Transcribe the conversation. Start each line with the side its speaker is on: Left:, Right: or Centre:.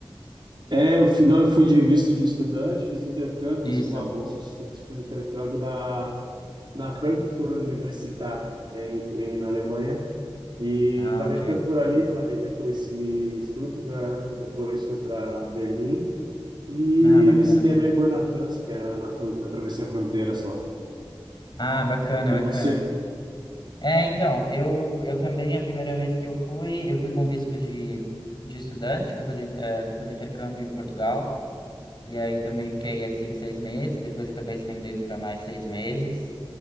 Right: É, eu fui, não, eu fui de visto de estudante, fiz o intercâmbio,
Left: Isso.
Right: consegui uma bolsa de estudos, fiz o intercâmbio na, na Frankfurt Universität, em, em, na Alemanha, e
Left: Ah,
Right: acabei
Left: ok.
Right: ficando por ali, pela região, conheci Stuttgart, depois fui para Berlim, e
Left: Ah, bacana.
Right: visitei a minha irmã na França, que é na fron- atravessei a fronteira só.
Left: Ah, bacana,
Right: E
Left: bacana.
Right: você?
Left: É, então, eu, eu também, a primeira vez que eu fui, eu fui com visto de, de estudante, fui fazer, eh, fui fazer intercâmbio em Portugal, e aí também fiquei, assim, seis meses, depois acabei estendendo para mais seis meses,